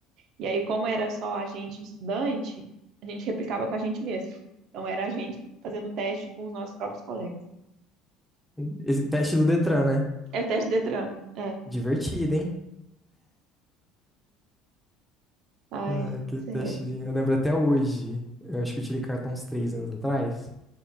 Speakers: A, on the right; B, in the centre.
A: E aí, como era só a gente estudante, a gente replicava com a gente mesmo. Então, era a gente fazendo teste com os nossos próprios colegas.
B: Esse teste do Detran, né?
A: É o teste Detran. É.
B: Divertido, hein?
A: Ai,
B: Ah, que
A: sério.
B: testezinho. Eu lembro até hoje. Eu acho que eu tirei carta uns três anos atrás.